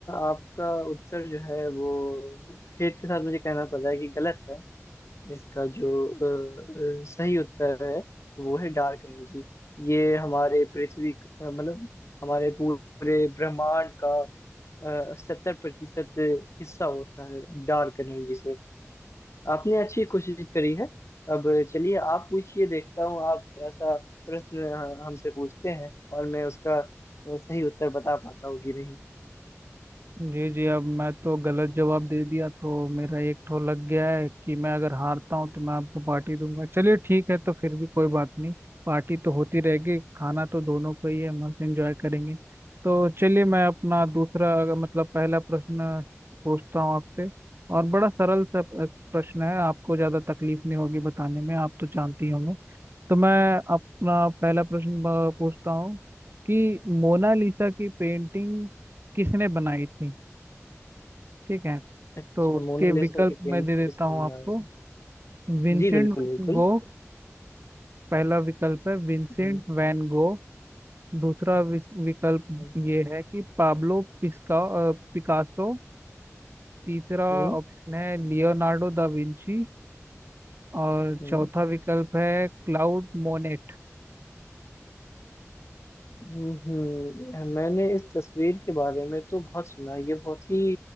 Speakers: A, on the left; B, on the right.
A: आपका उत्तर जो है वो खेद के साथ मुझे कहना पड़ रहा है कि गलत है इसका जो अ, अ, सही उत्तर है वो है डार्क एनर्जी ये हमारे पृथ्वी क- अ, मतलब हमारे पूरे ब्रह्मांड का सत्तर प्रतिशत हिस्सा होता है डार्क एनर्जी से आपने अच्छी कोशिश करी है अब चलिए आप पूछिए देखता हूँ आप कैसा प्रश्न अ, हमसे पूछते हैं और मैं उसका अ, सही उत्तर बता पाता हूँ कि नहीं
B: जी जी अब मैं तो गलत जवाब दे दिया तो मेरा एक ठो लग गया है कि मैं अगर हारता हूँ तो मैं आपको पार्टी दूंगा चलिए ठीक है तो फिर भी कोई बात नहीं पार्टी तो होती रहेगी खाना तो दोनों को ही है मस्त एंजॉय करेंगे तो चलिए मैं अपना दूसरा अगर- मतलब पहला प्रश्न पूछता हूँ आपसे और बड़ा सरल सा प- प्रश्न है आपको ज्यादा तकलीफ नहीं होगी बताने में आप तो जानती होंगे तो मैं अपना पहला प्रश्न अ, पूछता हूँ कि मोनालिसा की पेंटिंग किसने बनाई थी ठीक है
A: अच्छा
B: तो उसके
A: मोनालिसा
B: विकल्प
A: की पेंटिंग
B: मैं दे
A: किसने
B: देता हूँ
A: बनाई
B: आपको
A: थी
B: Vincent
A: जी बिल्कुल
B: Van
A: बिल्कुल
B: Gogh पहला विकल्प है विंसेंट
A: हम्म
B: वैन गो दूसरा विस- विकल्प
A: हम्म
B: ये है कि पाब्लो पिस्का अ, पिकासो तीसरा
A: हम्म
B: ऑप्शन है लियोनार्डो दा विंची और
A: हम्म।
B: चौथा विकल्प है क्लाउड मोनेट
A: हम्म हम्म। मैंने इस तस्वीर के बारे में तो बहुत सुना है। ये बहुत ही